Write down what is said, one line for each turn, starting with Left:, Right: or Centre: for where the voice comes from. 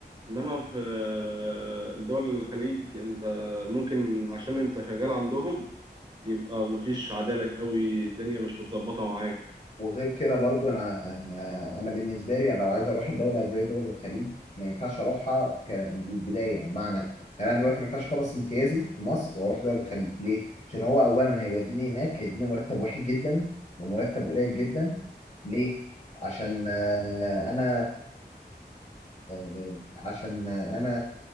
Right: انما في آه، الدول الخليج انت ممكن عشان انت شغال عندهم يبقى مفيش عدالة قوي الدنيا مش متظبطة معاك
Left: وغير كده برضو انا انا أنا بالنسبه لي لو عايز اروح الدوله زي دول الخليج ما ينفعش اروحها ك- من البدايه بمعنى يعني انا دلوقتي ما ينفعش اخلص امتيازي في مصر واروح دول الخليج ليه؟ عشان هو اولا هيوديني هناك هيديني مرتب وحش جدا ومرتب قليل جدا ليه؟ عشان آه، انا آه، عشان انا